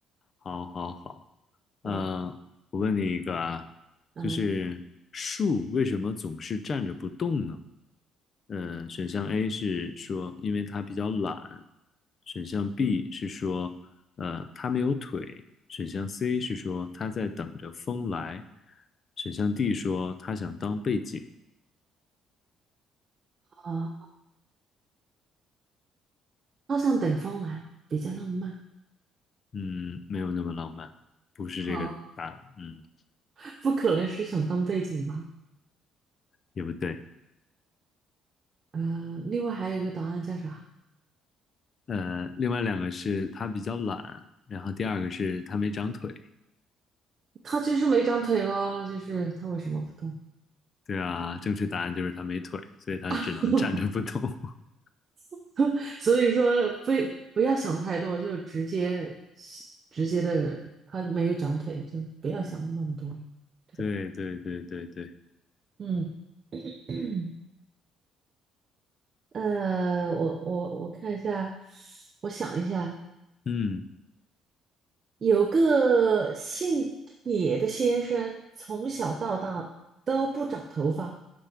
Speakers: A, on the left (about 35°); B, on the right (about 35°).
A: 好，好，好。呃，
B: 嗯
A: 我问你一个啊，
B: 嗯
A: 就是树为什么总是站着不动呢？呃，选项 A 是说因为它比较懒，选项 B
B: 嗯
A: 是说呃它没有腿，选项 C 是说它在等着风来，选项 D 说它想当背景。
B: 啊，好想等风来，比较浪漫。
A: 嗯，没有那么浪漫，不是这个答，
B: 好，
A: 案，嗯，
B: <laughs> 不可能是想当背景吧？
A: 也不对。
B: 呃，另外还有一个答案叫啥？
A: 呃，另外两个是他比较懒，然后第二个是他没长腿。
B: 他就是没长腿咯，那就是他为什么不动？
A: 对啊，正确答案就是他没腿，所以他只能站着不动。
B: <laughs>
A: <laughs>
B: <laughs> 所以说非不要想太多，就直接直接的，他没有长腿，就不要想那么多，对吧？
A: 对对对对对，
B: 嗯，<clears throat> 呃，我我我看一下，我想一下，
A: 嗯，
B: 有个姓铁的先生，从小到大都不长头发，